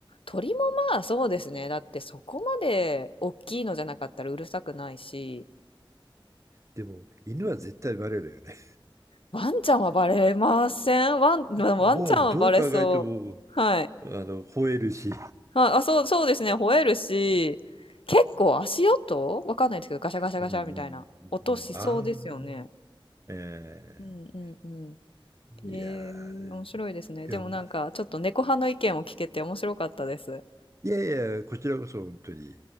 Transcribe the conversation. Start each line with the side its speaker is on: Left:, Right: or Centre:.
Left: 鳥もまあそうですね。だってそこまで大きいのじゃなかったらうるさくないし、
Right: でも、犬は絶対バレるよね。
Left: ワンちゃんはバレません。ワン、まあワンちゃんはバレそう。
Right: もうどう考えても、
Left: はい。
Right: あの、吠えるし。
Left: あ、あ、そう、そうですね。吠えるし、結構足音わかんないですけど、ガシャガシャガシャみたいな音しそうですよね。
Right: うんうんうんうん。ああ、ええー
Left: うんうんうん。
Right: いやー
Left: ええ面白いですね。でもなんか、
Right: いや、まあ、
Left: ちょっと猫派の意見を聞けて面白かったです。
Right: いやいや、こちらこそ本当に、